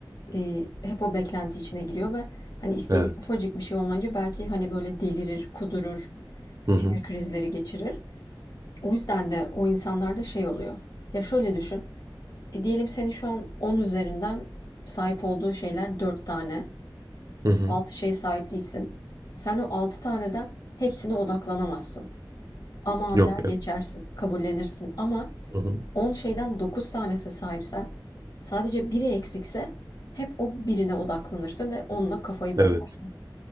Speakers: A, on the left; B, on the right.
A: e, hep o beklenti içine giriyor ve hani istediği
B: Evet.
A: ufacık bir şey olmayınca belki hani böyle delirir, kudurur,
B: Hı
A: sinir
B: hı.
A: krizleri geçirir. O yüzden de o insanlarda şey oluyor. Ya şöyle düşün. E, diyelim seni şu an 10 üzerinden sahip olduğun şeyler 4 tane.
B: Hı hı.
A: 6 şeye sahip değilsin. Sen o 6 taneden hepsine odaklanamazsın. Aman
B: Yok.
A: der geçersin,
B: e-
A: kabullenirsin ama
B: Hı hı.
A: 10 şeyden 9 tanesine sahipsen, sadece biri eksikse hep o birine odaklanırsın ve onunla kafayı bozarsın.
B: Evet.